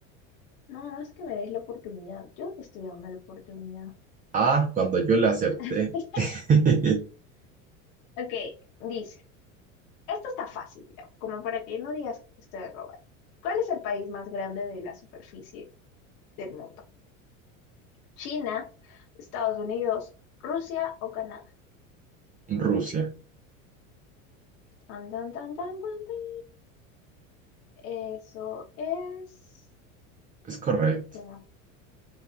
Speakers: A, on the left; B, on the right.
A: no, no es que me des la oportunidad. Yo te estoy dando la oportunidad.
B: Ah, cuando yo le acerté.
A: <laughs>
B: <laughs>
A: Ok, dice, esto está fácil, ya, como para que no digas que te estoy robando. ¿Cuál es el país más grande de la superficie del mundo? ¿China, Estados Unidos, Rusia o Canadá?
B: Rusia.
A: Tan, tan, tan, tan, tan, tan. Eso es...
B: Es correcto.
A: Espera,